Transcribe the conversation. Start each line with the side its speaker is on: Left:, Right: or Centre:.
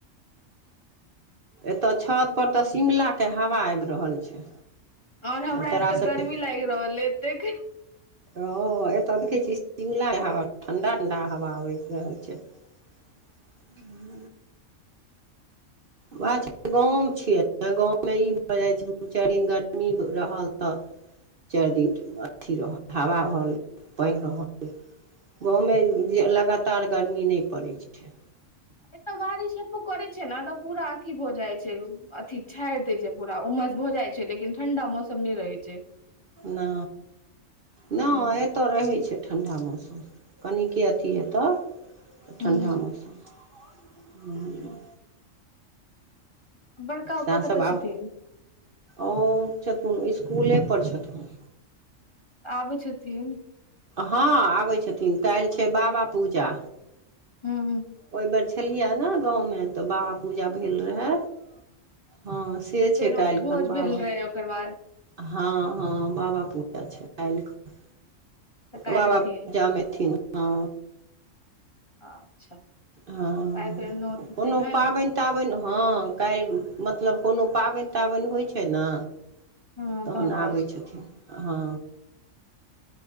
Right: एतय छत पर तऽ शिमला के हवा आबि रहल छै।
Left: और हमरा
Right: आ तोरा
Left: एतऽ
Right: सबके
Left: गर्मी लागि रहल अछि एतेक।
Right: ह एतय देखे छियै शिमला हवा ठंडा ठंडा हवा आबि रहल छै। <unintelligible> बात छै गाँव मे छियै, गाँव मे ई भऽ जाइ छै दू चारि दिन गरमी रहल तऽ चारि दिन अथि रहल हवा रहल पानि रहल गाँव मे जे लगातार गरमी नै पड़ै छै।
Left: एतऽ बारिश हेबो करै छै ने तऽ पूरा अथि भऽ जाइ छै ऊ अथि छाड़ि दै छै पूरा उमस भऽ जाइ छै लेकिन ठंडा मौसम नै रहै छै।
Right: नै नै
Left: हूं
Right: एत एतऽ रहै छै ठण्डा मौसम कनिके अथि हेतय त
Left: हूं
Right: ठण्डा मौसम। <unintelligible>
Left: बड़का पप्पा
Right: सएह
Left: कतऽ
Right: सभ आब
Left: छथिन
Right: ओ छथुन इसकुले पर छथुन।
Left: आबैत छथिन।
Right: हँ आबै छथिन काल्हि छै बाबा पूजा
Left: हुं।
Right: ओहि बेर छलियै हे ने गाँव मे तऽ बाबा पूजा भेल रहै, हँ से
Left: फेरो
Right: छै काल्हिखन
Left: भोज भेल
Right: बाबा
Left: रहे ओकर बाद
Right: हँ हँ बाबा पूजा छै काल्हि खन
Left: तऽ काल्हि
Right: बाबा
Left: एथिन
Right: पूजा मे एथिन हँ
Left: अच्छा
Right: हँ
Left: काल्हि फेर नोत हेतै
Right: कोनो
Left: ने
Right: पाबनि पाबनि हँ काल्हि मतलब कोनो पाबनि ताबनि होइ छै ने
Left: हँ
Right: तखन
Left: तहन
Right: आबै
Left: छै
Right: छथिन हँ